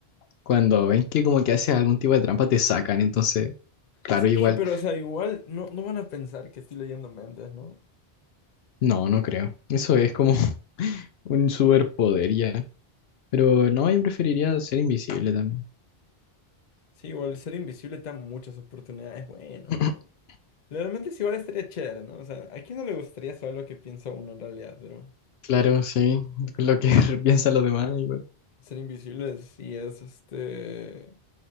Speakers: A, on the left (about 75°); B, on the left (about 50°).
A: cuando ven que como que haces algún tipo de trampa te sacan, entonces, claro,
B: Sí,
A: igual.
B: pero o sea, igual no, no van a pensar que estoy leyendo mentes, ¿no?
A: No, no creo. Eso es como <laughs> un superpoder ya. Pero no, yo preferiría ser invisible también.
B: Sí, igual ser invisible te da muchas oportunidades, bueno.
A: <clears throat>
B: Realmente sí, igual estaría chévere, ¿no? O sea, ¿a quién no le gustaría saber lo que piensa uno en realidad? Pero
A: Claro, sí. Lo que <laughs> piensan los demás, igual.
B: ser invisible sí es, este...